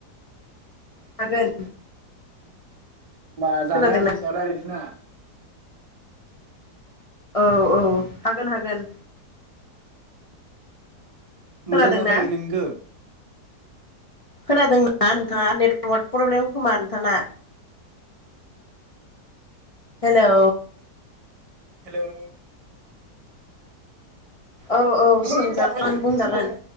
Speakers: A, on the left (about 60°); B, on the right (about 55°).
A: हागोन
B: होमबा जानाय
A: खोनादोंना
B: आदारनि सायाव लायरायनसै ना
A: औ औ हागोन हागोन खोनादोंना
B: मोजां खोना फैयाखै नोंनिखो
A: खोनादों ना नोंथाङा नेटवार्क प्रब्लेम खोमा नोंथाङा
B: <inaudible>
A: हेलौ
B: हेलौ
A: औ औ
B: होद
A: सोंजागोन
B: दानबायलै।
A: बुंजागोन